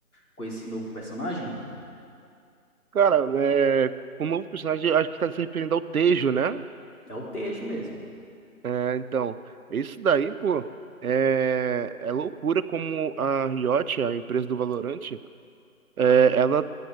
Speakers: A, on the left; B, on the right.
A: com esse novo personagem?
B: Cara, é, com o novo personagem, acho que tá se referindo ao Tejo, né?
A: É o Tejo mesmo.
B: É, então, isso daí, pô, é, é loucura como a Riot, a empresa do Valorant, é, ela